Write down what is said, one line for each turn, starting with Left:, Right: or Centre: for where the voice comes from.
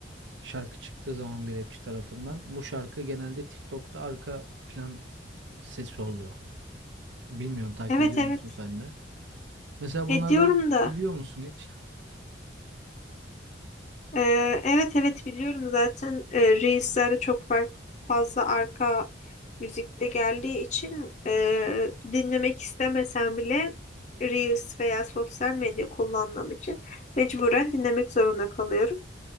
Right: şarkı çıktığı zaman bir rapçi tarafından bu şarkı genelde TikTok'ta arka plan sesi oluyor. Bilmiyorum takip
Left: Evet
Right: ediyor
Left: evet.
Right: musun sen de? Mesela
Left: Ediyorum
Right: bunlardan
Left: da.
Right: biliyor musun hiç?
Left: Ee, evet evet biliyorum zaten e, Reels'lerde çok fark, fazla arka müzikte geldiği için e, dinlemek istemesem bile Reels veya sosyal medya kullandığım için mecburen dinlemek zorunda kalıyorum.